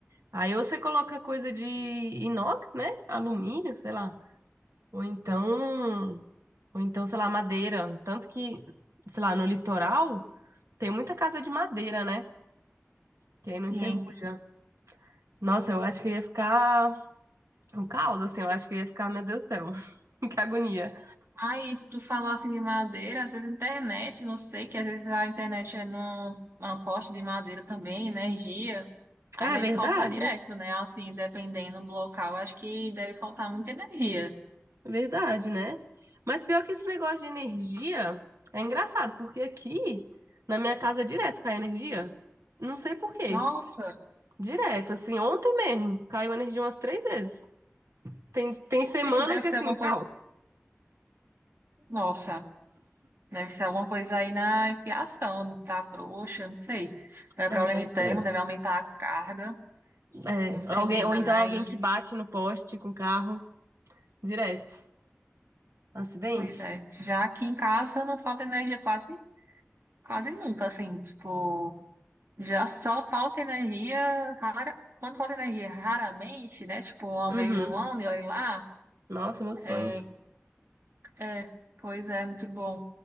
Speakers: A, on the right; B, on the right.
A: Aí ou você coloca coisa de inox, né? Alumínio, sei lá. Ou então, ou então, sei lá, madeira. Tanto que, sei lá, no litoral tem muita casa de madeira, né? Que aí
B: Sim.
A: não enferruja. Nossa, eu acho que eu ia ficar um caos, assim, eu acho que eu ia ficar, meu Deus do céu, <laughs> que agonia.
B: Aí, tu falou assim de madeira, às vezes internet, não sei, que às vezes a internet é num, numa poste de madeira também, energia. Aí
A: Ah,
B: deve
A: é verdade?
B: faltar direto, né? Assim, dependendo do local, acho que deve faltar muita energia.
A: Verdade, né? Mas pior que esse negócio de energia é engraçado, porque aqui na minha casa direto cai energia. Não sei por quê.
B: Nossa,
A: Direto, assim, ontem mesmo caiu energia umas três vezes. Tem, tem semana
B: deve deve
A: que
B: ser
A: assim,
B: alguma coisa.
A: caos.
B: Nossa, deve ser alguma coisa aí na fiação, tá frouxa, não sei. Não é
A: É,
B: problema
A: deve
B: interno,
A: ser.
B: deve aumentar a carga.
A: É,
B: Não sei,
A: alguém,
B: menina,
A: ou então
B: mas.
A: alguém que bate no poste com carro direto. Acidente?
B: Pois é. Já aqui em casa não falta energia quase, quase nunca, assim, tipo, já só falta energia rara, quando falta energia raramente, né? Tipo, uma
A: Uhum.
B: vez no ano e olha lá.
A: Nossa, meu sonho.
B: É, é, pois é, muito bom.